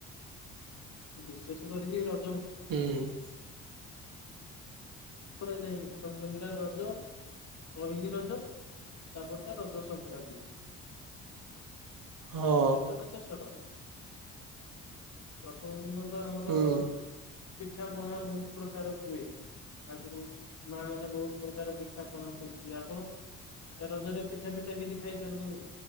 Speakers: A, on the left; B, on the right.
A: ବିଶେଷ କରିକି ରଜ
B: ହୁଁ।
A: କରାଯାଏନି ପ୍ରଥମ ଦିନଟା ରଜ ପହିଲି ରଜ ତା ପରଟା ରଜ ସଂକ୍ରାନ୍ତି।
B: ହଁ
A: ଶେଷଟା ଶେଷ ରଜ। ପ୍ରଥମ ଦିନ ତ ଆମର
B: ହୁଁ
A: ପିଠା ପଣା ବହୁତ ପ୍ରକାର ହୁଏ। ଆଗରୁ ମା ମାନେ ବହୁତ ପ୍ରକାର ପିଠା ପଣା କରୁଥିଲେ। ଆପଣ ଏ ରଜରେ ପିଠା ପିଠା କିଛି ଖାଇଛନ୍ତିଁ ନା ନାହିଁ।